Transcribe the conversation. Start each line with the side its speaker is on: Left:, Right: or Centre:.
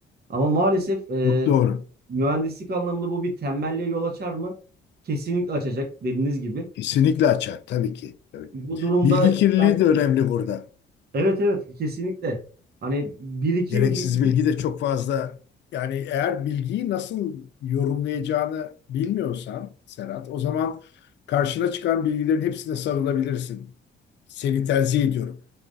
Right: Ama maalesef e,
Left: çok doğru.
Right: mühendislik anlamında bu bir tembelliğe yol açar mı? Kesinlikle açacak dediğiniz gibi.
Left: Kesinlikle açar tabii ki. Tabii. ki.
Right: Bu durumda
Left: Bilgi kirliliği
Right: belki,
Left: de önemli burada.
Right: evet evet kesinlikle. Hani birikim
Left: Gereksiz
Right: bilgi
Left: bilgi de çok fazla. Yani eğer bilgiyi nasıl yorumlayacağını bilmiyorsan Serhat, o zaman karşına çıkan bilgilerin hepsine sarılabilirsin. Seni tenzih ediyorum.